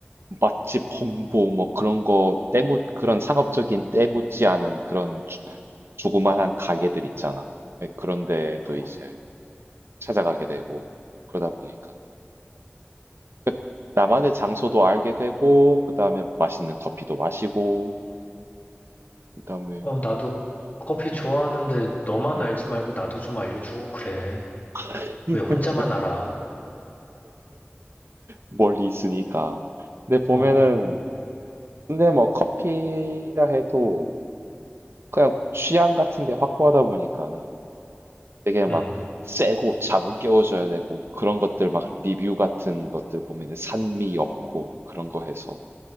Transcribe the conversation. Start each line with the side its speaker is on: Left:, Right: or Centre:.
Right: 맛집 홍보 뭐 그런 거 때묻 그런 상업적인 때묻지 않은 그런 조- 조그만한 가게들 있잖아. 네, 그런 데도
Left: 어,
Right: 이제 찾아가게 되고 그러다 보니까 그 나만의 장소도 알게 되고 그다음에 맛있는 커피도 마시고 그다음에
Left: 어, 나도
Right: 어,
Left: 커피 좋아하는데 너만
Right: 음.
Left: 알지 말고 나도 좀 알려주고 그래.
Right: <laughs>
Left: 왜 혼자만 알아?
Right: 멀리 있으니까. 근데 보면은
Left: 어,
Right: 근데 뭐 커피라 해도 그냥 취향 같은 게 확고하다 보니까는 되게 막
Left: 응
Right: 세고 잠을 깨워줘야 되고 그런 것들 막 리뷰 같은 것들 보면은 산미 엽고 그런 거 해서